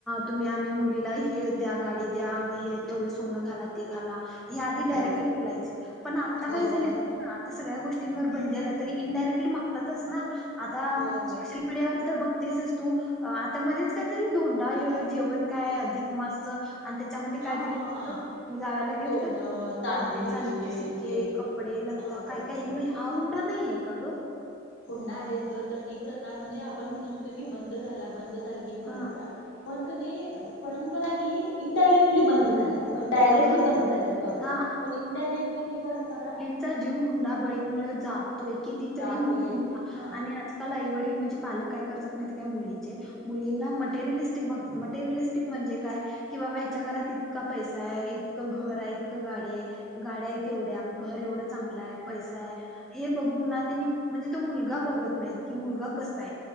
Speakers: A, in the centre; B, on the left.
A: तुम्ही आम्ही मुलीला हे द्या गाडी द्या हे एवढं सोनं घाला. ते घाला. आधी डायरेक्टली
B: होय
A: बोलायचे पण आता काय
B: होय
A: झाले
B: बरोबर
A: आता सगळ्या गोष्टींवर बंदी आल्यात तरी इनडायरेक्टली मागतातच ना. आता
B: होय होय
A: सोशल मीडियावर तर बघतेसस तू. अ आता मध्येच काहीतरी धोंडा जेवण काय अधिक मासच आणि त्याच्यामध्ये काय
B: हा
A: दिलेलं
B: हा हा
A: होतं. अन् जावयाला गिफ्ट
B: सोनं, चांदी
A: चोने चांदीचे
B: हे
A: सिक्के
B: ते
A: कपडे लत्ता
B: हा बरोबर
A: काय काही
B: बरोबर.
A: मग हा हुंडा नाहीय का गं?
B: हुंडा आहेच ग तर, ही प्रथा म्हणजे आपण म्हणत होतो की बंद झाला बंद झाल्या ही परंपरा
A: हा
B: पण कणी परंपरा ही इनडायरेक्टली बंद झाल्या. मग डायरेक्टली
A: अगं
B: बंद झाल्या. सॉरी
A: हा
B: पण इनडायरेक्टली ही परंपरा-
A: मुलीचा जीव हुंडाबळीमुळे जातोय. किती तरी
B: राहतोय
A: मुलींचा
B: हा
A: आणि काल आईवडील म्हणजे पालक काय करतात माहिती का मुलींचे? मुलींना मटेरिलिस्टिक बग मटेरीलिस्टिक म्हणजे काय कि बाबा ह्याच्या घरात ईतका पैसा आहे. इतकं घर आहे. इतकं गाडी आहे. गाड्या आहेत एवढ्या, घर एवढं चांगलं आहे. पैसा आहे. हे बघून ना त्यांनी म्हणजे तो मुलगा बघत नाहीत की मुलगा कसा आहे.